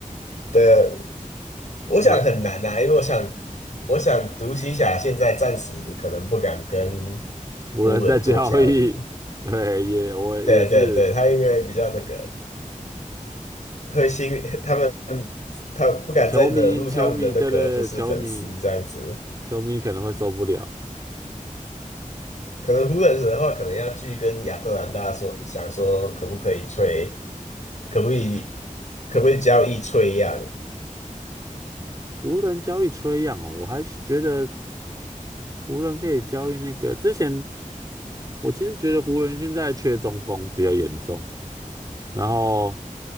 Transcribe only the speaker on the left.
对，我想很难啊，
因为我想我想独行侠现在暂时可能不敢跟
湖人做交易。
对对对，他因为比较那个。会心 <laughs> 他们他不敢再惹怒他们的那个就是粉丝这样子。
可能湖人的话，可能要去跟亚特兰大说，想说可不可以吹，可不可以可不可以交易吹样？